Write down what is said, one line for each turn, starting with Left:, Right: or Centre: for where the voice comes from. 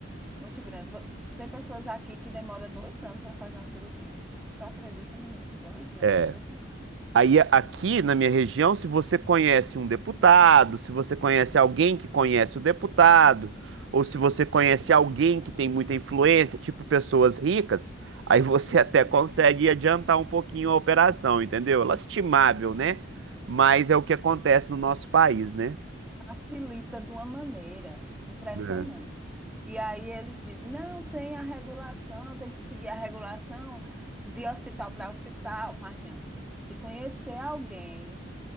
Centre: muito grande. Vo- Tem pessoas aqui que demoram dois anos para fazer uma cirurgia. Tu acredita, menino? Dois anos,
Right: É.
Centre: precisando.
Right: Aí a- aqui na minha região, se você conhece um deputado, se você conhece alguém que conhece o deputado, ou se você conhece alguém que tem muita influência, tipo pessoas ricas, aí você <laughs> até consegue adiantar um pouquinho a operação, entendeu? Lastimável, né? Mas é o que acontece no nosso país, né?
Centre: facilita de uma maneira impressionante.
Right: É.
Centre: E aí eles dizem, não, tem a regulação, tem que seguir a regulação de hospital para hospital, mas não. Se conhecer alguém,